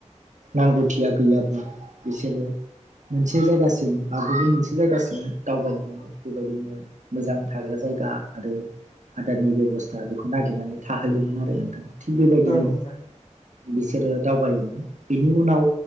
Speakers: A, on the right (about 80°); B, on the left (about 75°).
A: नांगौथिया गैयाब्ला बिसोरो मोनसे जायगासिम बा गुबुन मोनसे जायगासिम दावबायलाङो। बेबायदिनो मोजां थाग्रा जायगा आरो आदारनि बेबस स्था बेखौ नागिरनानै थाहोयोमोन आरो नोंथां। थिग बेबायदिनो
B: औ नंगौ नोंथां
A: बिसोरो दावबायोमोन। बिनि उनाव